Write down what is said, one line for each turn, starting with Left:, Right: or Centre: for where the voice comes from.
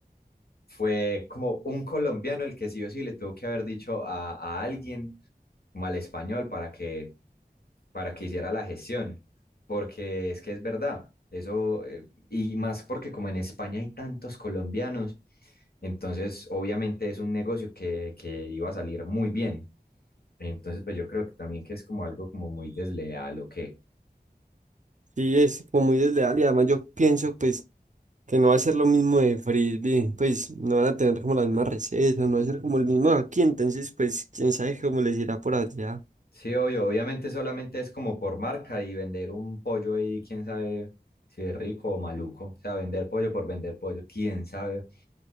Left: fue como un colombiano el que sí o sí le tuvo que haber dicho a, a alguien, como al español, para que para que hiciera la gestión, porque es que es verdad, eso, eh, y más porque como en España hay tantos colombianos, entonces obviamente es un negocio que, que iba a salir muy bien. Entonces, pues yo creo que también que es como algo como muy desleal o qué.
Right: Sí, es como muy desleal y además yo pienso pues que no va a ser lo mismo de frisbee, pues no van a tener como la misma receta, no va a ser como el mismo aquí, entonces pues quién sabe cómo les irá por allá.
Left: Sí, obvio, obviamente solamente es como por marca y vender un pollo ahí, quién sabe si es rico o maluco. O sea, vender pollo por vender pollo, quién sabe.